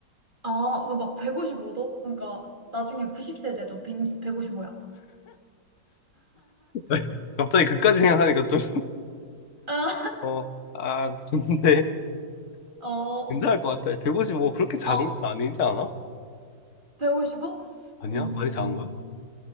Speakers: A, on the right (about 25°); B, on the left (about 45°).
A: 아, 그막 155도? 그러니까 나중에 90세 돼도 1 155야.
B: <laughs> 갑자기 그까지 생각하니까 좀,
A: 아,
B: 어, 아, 근데
A: <laughs> 어,
B: 괜찮을 것 같아. 155 그렇게 작은
A: 어,
B: 건 아니지 않아?
A: 155?
B: 아니야?
A: 어,
B: 많이 작은 거야?